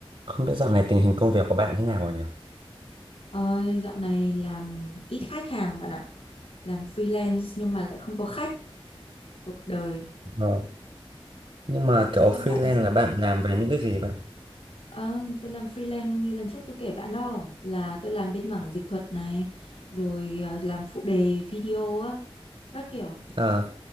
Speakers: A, on the right (about 65°); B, on the left (about 80°).
A: Không biết dạo này tình hình công việc của bạn thế nào rồi nhỉ?
B: Ôi, dạo này làm ít khách hàng bạn ạ. Làm freelance nhưng mà lại không có khách cuộc đời.
A: Ờ, Nhưng mà
B: Ồ,
A: kiểu
B: thế bên
A: freelance
B: bạn thì sao?
A: là bạn làm về những cái gì vậy?
B: Ờ, tôi làm freelance như lần trước tôi kể bạn đó là tôi làm bên mảng dịch thuật này rồi ờ, làm phụ đề video á các kiểu.
A: À,